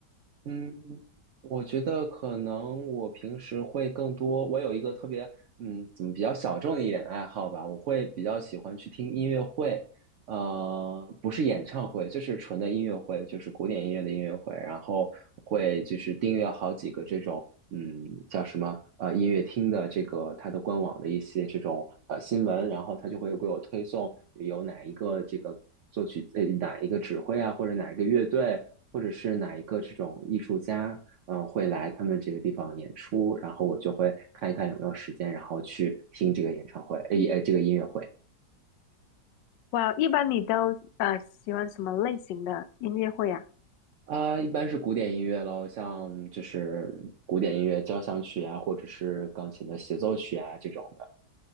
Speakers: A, on the right; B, on the left.
A: 嗯，我觉得可能我平时会更多，我有一个特别，嗯，怎么比较小众的一点爱好吧，我会比较喜欢去听音乐会，呃，不是演唱会，就是纯的音乐会，就是古典音乐的音乐会，然后会就是订阅好几个这种。嗯，叫什么呃音乐厅的这个它的官网的一些这种呃新闻，然后它就会给我推送有哪一个这个作曲呃哪一个指挥啊，或者哪一个乐队，或者是哪一个这种艺术家，嗯、会来他们这个地方演出，然后我就会看一看有没有时间，然后去听这个演唱会，哎呃，这个音乐会。
B: 哇，一般你都呃喜欢什么类型的音乐会呀？
A: 啊，一般是古典音乐喽，像就是古典音乐交响曲啊，或者是钢琴的协奏曲啊这种的。